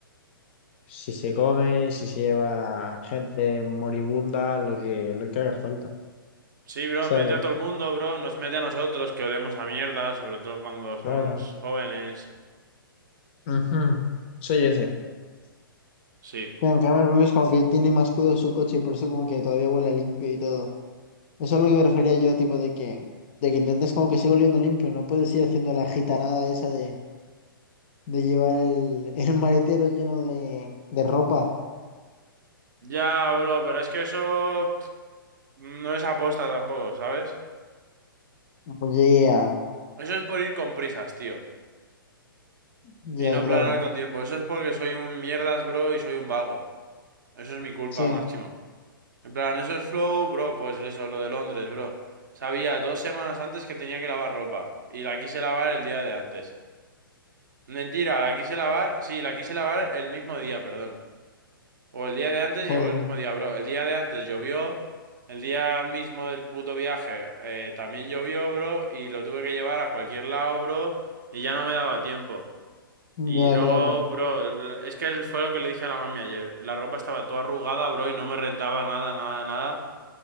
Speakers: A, on the left; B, on the right.
A: Si se come, si se lleva gente moribunda, lo que, lo que haga falta,
B: Sí, bro,
A: ¿sabes?
B: mete a todo el mundo, bro. Nos mete a nosotros que olemos a mierda, sobre todo cuando somos
A: Claro.
B: jóvenes.
A: Ujú. Soy ese.
B: Sí.
A: Mira, En cambio, el Pepe es como que tiene más cuidado su coche y por eso como que todavía huele a limpio y todo. Eso es lo que me refería yo, tipo de que, de que intentes como que siga oliendo limpio, no puedes ir haciendo la gitanada esa de, de llevar el, <laughs> el maletero lleno de, de ropa.
B: Ya, bro, pero es que eso pff, no es aposta tampoco, ¿sabes?
A: Oye, ya,
B: Eso es por ir con prisas, tío.
A: ya,
B: Y no
A: claro.
B: planear con tiempo. Eso es porque soy un mierdas, bro, y soy un vago. Eso es mi culpa,
A: Sí,
B: máximo. En plan, eso es flow, bro, pues eso, lo de Londres, bro. Sabía dos semanas antes que tenía que lavar ropa. Y la quise lavar el día de antes. Mentira, la quise lavar, sí, la quise lavar el mismo día, perdón. O el día de antes
A: joder,
B: llegó el mismo día, bro. El día de antes llovió. El día mismo del puto viaje eh, también llovió, bro. Y lo tuve que llevar a cualquier lado, bro. Y ya no me daba tiempo.
A: ya,
B: Y luego,
A: claro.
B: bro, l- es que fue lo que le dije a la mami ayer. La ropa estaba toda arrugada, bro, y no me rentaba nada, nada, nada.